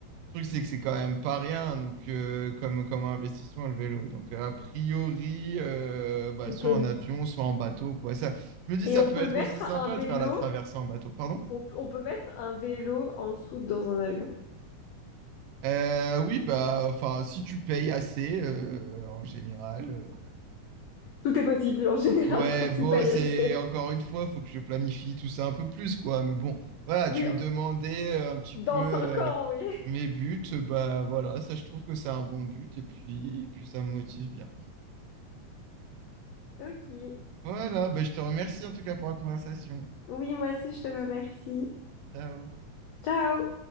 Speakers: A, on the right; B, on the left.
A: le truc, c'est que c'est quand même pas rien, donc euh, comme, comme investissement, le vélo. Donc, a priori, euh, bah,
B: on
A: soit
B: peut,
A: en avion, soit en bateau, quoi. Ça, je me dis,
B: et
A: ça
B: on
A: peut
B: peut
A: être
B: mettre
A: aussi sympa
B: un vélo,
A: de faire la traversée en bateau. Pardon?
B: on, peut- on peut mettre un vélo en dessous dans un avion.
A: Euh, oui, bah, enfin, si tu payes assez, euh, en général. euh,
B: Tout est possible en <laughs> général
A: ouais,
B: quand tu
A: bon,
B: payes
A: c'est
B: assez.
A: encore une fois, faut que je planifie tout ça un peu plus, quoi. Mais bon, voilà,
B: Oui,
A: tu me demandais euh, un petit
B: dans
A: peu euh,
B: cinq ans, oui. <laughs>
A: mes buts, bah voilà, ça, je trouve que c'est un bon but et puis, et puis ça me motive bien.
B: Ok.
A: Voilà, bah, je te remercie en tout cas pour la conversation.
B: Oui, moi aussi, je te remercie.
A: Ciao.
B: Ciao!